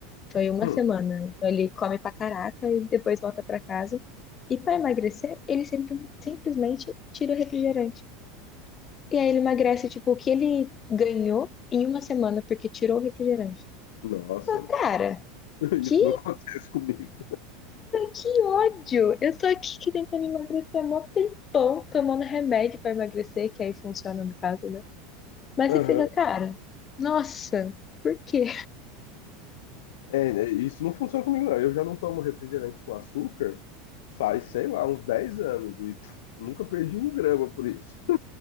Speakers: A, on the left; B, on the left.
A: Foi uma
B: hum.
A: semana. Então ele come pra caraca e depois volta pra casa. E pra emagrecer, ele sempre, simplesmente tira o refrigerante. E aí ele emagrece, tipo, o que ele ganhou em uma semana porque tirou o refrigerante.
B: Nossa,
A: Falei,
B: não.
A: cara,
B: <laughs>
A: que,
B: Isso não acontece comigo.
A: que ódio! Eu tô aqui que tentando emagrecer há mó tempão, tomando remédio pra emagrecer, que aí funciona no caso, né? Mas
B: Aham.
A: você fica, cara, nossa, por quê?
B: É, é, isso não funciona comigo, não. Eu já não tomo refrigerante com açúcar faz, sei lá, uns 10 anos e pff, nunca perdi um grama por isso.